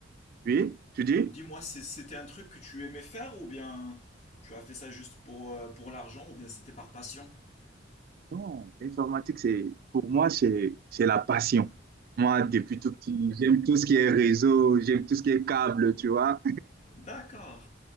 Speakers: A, on the right (about 50°); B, on the left (about 40°).
A: oui, tu dis?
B: dis-moi, c'est- c'était un truc que tu aimais faire ou bien tu as fait ça juste pour, euh, pour l'argent ou bien c'était par passion?
A: Non, l'informatique, c'est, pour moi, c'est, c'est la passion. Moi, depuis tout petit, j'aime tout ce qui est réseau, j'aime tout ce qui est câble, tu vois.
B: D'accord.